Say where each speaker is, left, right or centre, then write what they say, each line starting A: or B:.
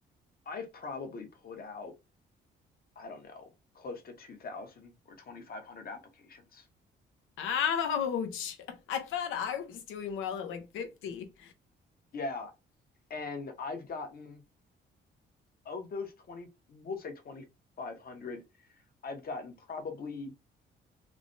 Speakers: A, on the left (about 50°); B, on the left (about 85°).
A: I've probably put out, I don't know, close to two thousand or twenty five hundred applications.
B: Ouch. <laughs> I thought I was doing well at like 50.
A: Yeah, and I've gotten of those twenty, we'll say twenty five hundred. I've gotten probably